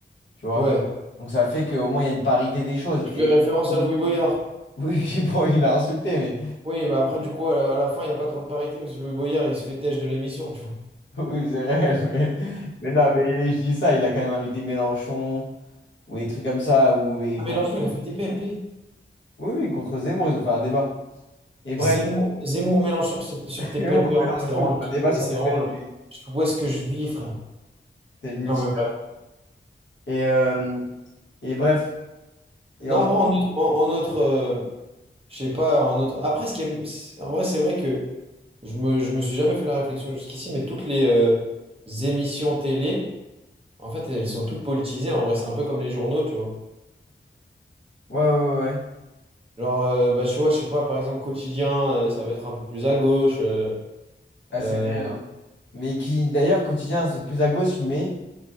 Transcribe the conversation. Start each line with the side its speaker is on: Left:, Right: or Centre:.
Left: tu vois.
Right: ouais.
Left: Donc ça fait qu'au moins il y a une parité des choses.
Right: Tu
Left: Et
Right: fais référence
Left: même...
Right: à Louis Boyard.
Left: Oui, <laughs> bon, il l'a insulté, mais
Right: Oui, bah après, du coup, à la, à la fin, il n'y a pas trop de parité parce que Louis Boyard, il se fait têche de l'émission, tu vois.
Left: <laughs> oui, c'est réel. Mais... mais non, mais je dis ça, il a quand même invité Mélenchon ou des trucs comme ça. Ou... et
Right: Ah, Mélenchon,
Left: con-
Right: il a fait TPMP.
Left: Oui, oui, contre Zemmour, ils ont fait un débat. Et bref,
Right: Zemmour, Zemmour Mélenchon sur, sur
Left: <laughs>
Right: TPMP,
Left: Zemmour
Right: en
Left: et Mélenchon,
Right: vrai, c'est vraiment,
Left: ils ont
Right: le-
Left: fait
Right: kiff,
Left: un débat sur
Right: c'est
Left: TPMP.
Right: vraiment le- où est-ce que je vis, frère?
Left: C'est multi.
Right: Non, mais bref.
Left: Et, euh, et bref, et
Right: Non,
Left: on...
Right: en vrai, en autre, en, en autre, euh, je sais pas, en autre. Après, ce qui est- c'est- en vrai, c'est vrai que je me, je me suis jamais fait la réflexion jusqu'ici, mais toutes les euh, émissions télé, en fait, elles sont toutes politisées. En vrai, c'est un peu comme les journaux, tu vois.
Left: ouais, ouais, ouais. ouais.
Right: Genre, euh, bah, tu vois, je sais pas, par exemple, quotidien, euh, ça va être un peu plus à gauche. euh,
Left: Ah,
Right: euh,
Left: c'est réel, hein. Mais qui, d'ailleurs, quotidien, c'est plus à gauche, mais